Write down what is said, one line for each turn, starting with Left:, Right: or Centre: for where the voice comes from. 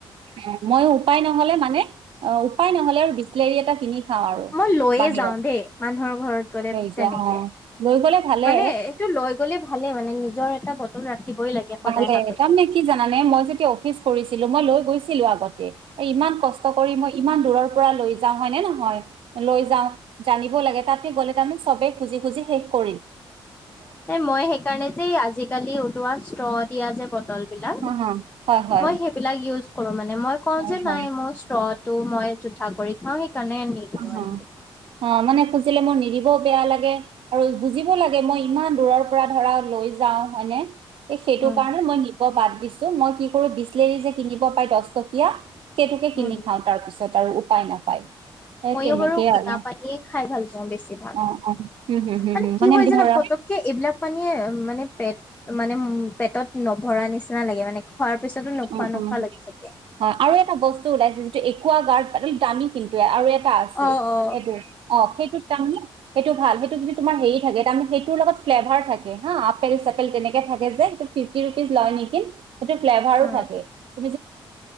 Right: অ মইো উপায় নহলে মানে অ উপায় নহলে আৰু বিচলেৰি এটা কিনি। খা আৰু
Left: মই লৈয়ে
Right: বাহিৰত
Left: যাওঁ দেই মানুহৰ ঘৰত গ'লে
Right: লৈ যোৱা
Left: তেনেকে
Right: অ লৈ গ'লে। ভালে
Left: মানে
Right: অ
Left: এইটো লৈ গ'লে ভালে মানে নিজৰ এটা বটল ৰাখিবই লাগে সদায়
Right: ভালে
Left: হাততে
Right: তাৰ নে কি জানানে মই। অফিচ গৈছিলো আগতে ইমান কস্তকৰি। ল যা হয় নে নহয় লৈ যা জানিব লাগে তাতে গ'লে তমি চবে খুজি খুজ শেষ কৰে।
Left: এই মই সেইকাৰণে যে আজিকালি উওলোৱা ষ্ট্ৰ দিয়া যে বটল। বিলাক
Right: হা হা হয় হয়
Left: মই সেইবিলাক ইউজ। কৰো মানে মই কওঁ
Right: হয়
Left: যে
Right: হয়
Left: নাই মোৰ স্ত্ৰো মই জোঠা কৰি খাওঁ। সেইকাৰণে নিদিওঁ
Right: অহ
Left: এনেকে কওঁ।
Right: অ মানে। বুজে মোৰ নিদিবও বেয়া লাগে আৰু বুজিব লাগে মই ইমান দূৰৰ পৰা ধৰা লৈ যাও হয়নে। এ সেইটো
Left: উম
Right: কাৰণে মই নিব বাদ দিছো মই কি কৰো বিচলেৰি যে কিনিব পাই দহ টকীয়া। সেইটোকে
Left: উম
Right: কিনি খাওঁ তাৰ পিছত আৰু উপায় নাপায়। সেই
Left: ময়ো
Right: তেনেকেই
Left: বাৰু ঘনা
Right: আৰু
Left: পানীয়ে খাই ভাল পাওঁ বেছিভাগ।
Right: অ অ হম হম হম
Left: মানে
Right: হম
Left: কি হয়
Right: ধৰা
Left: জানা পতককে এইবিলাক মানীয়ে মানে। পেট মানে উ পেটত নভৰা নিচিনা লাগে মানে। খোৱাৰ পিছতো নোখোৱা
Right: উম
Left: নোখোৱা
Right: উম
Left: লাগি থাকে
Right: হয় আৰু এটা বস্তু ওলাইছে। একা গাৰ্ড দামী কিন্তুৱে আৰু টা। এ আছে
Left: অ অ
Right: সেইটো অ সেইটোত তাৰমানে সেইটো ভাল। য তোমাৰ হেৰি থাকে তাৰে সেইটোৰ লগত ফ্লেভাৰ থাকে হা আপেল চেল তেনেকে থাকে যেটো ফিফটি ৰুপিজ। লয় নেকি সেইটো ফ্লেভাৰো
Left: অ
Right: থাকে। ফ